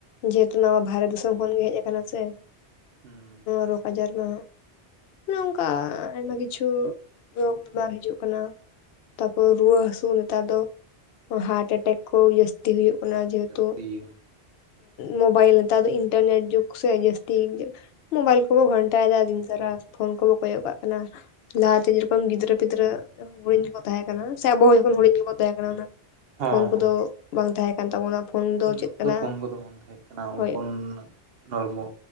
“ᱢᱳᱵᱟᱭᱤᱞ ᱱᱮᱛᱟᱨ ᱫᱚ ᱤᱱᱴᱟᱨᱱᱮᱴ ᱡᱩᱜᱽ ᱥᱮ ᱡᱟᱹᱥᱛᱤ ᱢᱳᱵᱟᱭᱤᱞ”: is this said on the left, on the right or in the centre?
Left